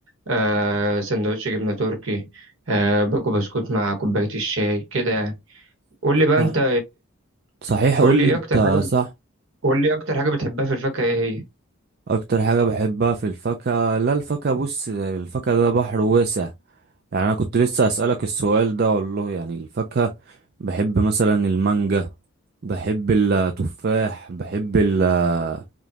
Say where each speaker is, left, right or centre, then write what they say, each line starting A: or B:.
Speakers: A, on the right; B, on the right.
A: آه سندوتش جبنه تركي آه باكو بسكوت مع كوبايه الشاي كده يعني قول لي بقى
B: صح.
A: انت
B: صحيح قول
A: قول لي
B: لي
A: ايه
B: انت
A: اكتر حاجه
B: صح
A: قول لي إيه اكتر حاجه بتحبها في الفاكهه ايه هي
B: اكتر حاجة بحبها في الفاكهة لا الفاكهة بص الفاكهة ده بحر واسع يعني انا كنت لسه اسألك السؤال ده والله يعني الفاكهة بحب مثلا المانجا بحب التفاح بحب ال آه،